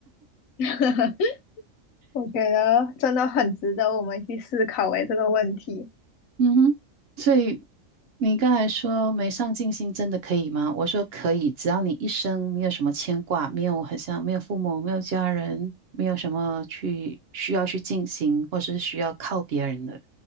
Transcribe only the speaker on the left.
<laughs> 我觉得真的很值得我们去思考诶这个问题，